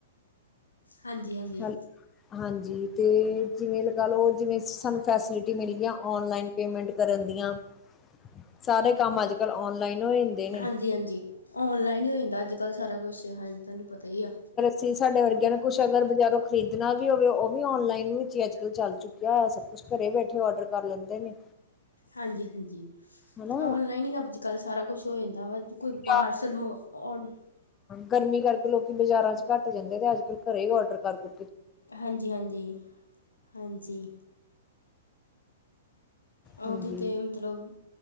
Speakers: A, on the left; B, on the left.
A: ਹਾਂਜੀ, ਹਾਂਜੀ।
B: ਹੈਲ ਹਾਂਜੀ ਅਤੇ ਜਿਵੇਂ ਲਗਾ ਲਓ, ਜਿਵੇਂ ਸਾਨੂੰ ਫੈਸਿਲਿਟੀ ਮਿਲ ਗਈ ਔਨਲਾਈਨ ਪੇਮੈਂਟ ਕਰਨ ਦੀਆਂ ਸਾਰੇ ਕੰਮ ਅੱਜ ਕੱਲ ਔਨਲਾਈਨ ਹੋ। ਨੇ
A: ਹਾਂਜੀ, ਹਾਂਜੀ ਔਨਲਾਈਨ ਹੀ ਹੋ ਜਾਂਦਾ, ਅੱਜ-ਕੱਲ੍ਹ ਸਾਰਾ ਕੁਛ ਹਾਂਜੀ ਤੁਹਾਨੂੰ ਪਤਾ ਹੀ ਆ।
B: ਸੀ ਸਾਡੇ ਵਰਗਿਆਂ ਨੇ ਕੁਛ ਅਗਰ ਬਜ਼ਾਰੋਂ ਖਰੀਦਣਾ ਵੀ ਹੋਵੇ, ਉਹ ਵੀ ਔਨਲਾਈਨ ਵਿੱਚ ਹੀ ਅੱਜ ਕੱਲ ਚੱਲ ਚੁੱਕਿਆ ਹੈ, ਸਭ ਕੁ ਘਰੇ ਬੈਠੇ ਆਰਡਰ ਕਰ ਲੈਂਦੇ ਨੇ
A: ਹਾਂਜੀ, ਹਾਂਜੀ
B: ਹਨਾ
A: ਔਨਲਾਈਨ ਹੀ ਅੱਜ-ਕੱਲ੍ਹ ਸਾਰਾ ਕੁਛ ਹੋ ਜਾਂਦਾ ਵਾ ਕੋਈ
B: <unintelligible>
A: ਪਾਰਸਲ ਮੰਗ ਔਡ
B: ਗਰਮੀ ਕਰਕੇ ਲੋਕੀ ਬਾਜ਼ਾਰਾਂ ਚ ਘੱਟ ਜਾਂਦੇ, ਤੇ ਅੱਜ-ਕਲ ਘਰੇ ਹੀ ਔਡਰ ਕਰ ਕੁ
A: ਹਾਂਜੀ, ਹਾਂਜੀ, ਹਾਂਜੀ। ਉਦੀ
B: ਹਾਂਜੀ
A: ਤੇ ਮਤਲਬ